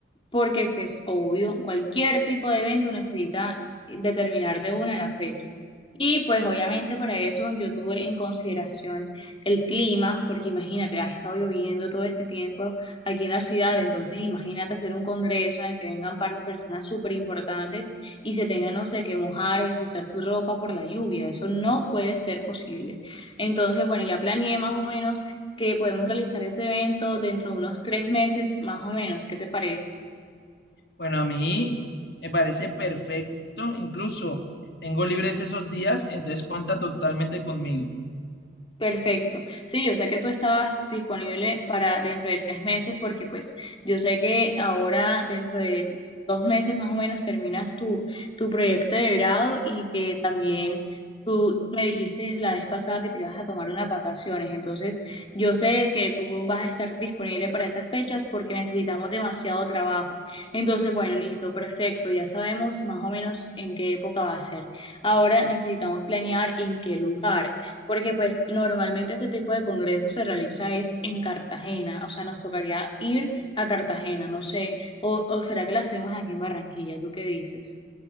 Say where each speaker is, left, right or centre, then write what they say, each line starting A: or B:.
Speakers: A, on the left; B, on the left.
A: porque pues obvio, cualquier tipo de evento necesita determinar de una la fecha. Y pues obviamente para eso yo tuve en consideración el clima, porque imagínate, ha estado lloviendo todo este tiempo aquí en la ciudad, entonces imagínate hacer un congreso en el que vengan par- personas súper importantes y se tengan, no sé, que mojar o ensuciar su ropa por la lluvia, eso no puede ser posible. Entonces, bueno, ya planeé más o menos que podemos realizar ese evento dentro de unos tres meses, más o menos, ¿qué te parece?
B: Bueno, a mí me parece perfecto, incluso tengo libres esos días, entonces cuenta totalmente conmigo.
A: Perfecto. Sí, yo sé que tú estabas disponible para dentro de tres meses porque pues yo sé que ahora dentro de dos meses más o menos terminas tu, tu proyecto de grado y que también tú me dijiste la vez pasada que te ibas a tomar unas vacaciones. Entonces yo sé que tú vas a estar disponible para esas fechas porque necesitamos demasiado trabajo. Entonces, bueno, listo, perfecto. Ya sabemos más o menos en qué época va a ser. Ahora necesitamos planear en qué lugar. Porque pues normalmente este tipo de congresos se realiza es en Cartagena, o sea, nos tocaría ir a Cartagena, no sé, o, o será que lo hacemos aquí en Barranquilla, ¿tú qué dices?